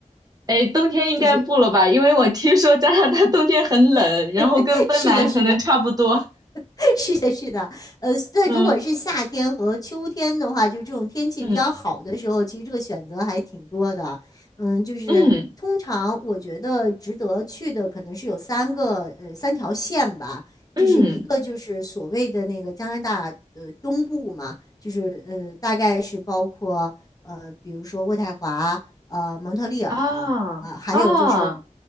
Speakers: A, on the right; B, on the left.
A: 哎，冬天应该不了吧？
B: 就是
A: 因为我听说加拿大冬天很冷，然后跟芬兰可能差不多。
B: <laughs> 是的，是的，<laughs> 是的，是的，呃，那如果是夏天和秋天的话，
A: 嗯
B: 就这种天气比较好的时候，
A: 嗯
B: 其实这个选择还挺多的。嗯，就是通常我觉得值得去的可能是有三个呃三条线吧，
A: 嗯嗯，
B: 就是一个就是所谓的那个加拿大呃东部嘛，就是呃大概是包括呃比如说渥太华、呃蒙特利尔，
A: 啊啊
B: 呃还有就是